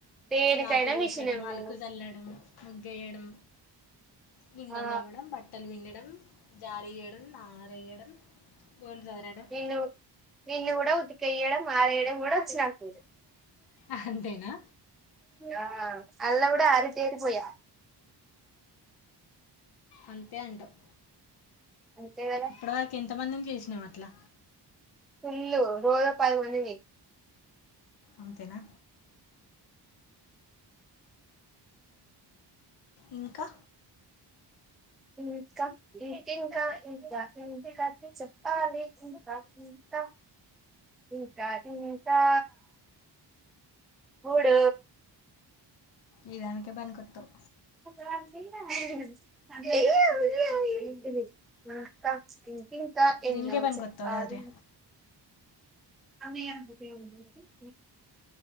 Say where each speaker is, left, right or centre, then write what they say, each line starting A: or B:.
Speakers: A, in the centre; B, on the left (about 60°).
A: దేనికైనా
B: వాకిలు
A: మిషనే
B: ఉడ్చడం అళుకు
A: నువ్వు
B: చల్లడం ముగ్గు ఎయడం గిన్నెలు
A: ఆ
B: తోమడం బట్టలు పిండడం జారి చేయడం ఆరేయడం బోర్లు చదరడం
A: నిన్ను నిన్ను కూడా ఉతికెయడం ఆరేయడం కూడా వచ్చునాకు
B: అంతేనా
A: ఆ అల్లగుడా ఆరి తేరిపోయా
B: అంతే అంటావ్
A: అంతే కదా
B: ఇప్పుడుదాక ఎంత మందిని చేసినాం అట్లా
A: ఫుల్లు రోజో పదిమందిని
B: అంతేనా ఇంకా
A: ఇంకా ఇంకింకా ఇంకా ఇంక చెప్పాలి ఇంకా ఇం కా ఇంకా ఇంకా మూడు
B: ఈ దానికే పనికొత్తావు
A: ఇంకా ఇంకా ఎన్నో
B: దీనికే పనికొత్తావు
A: చెప్పాలి
B: కదరే
A: అవి <unintelligible>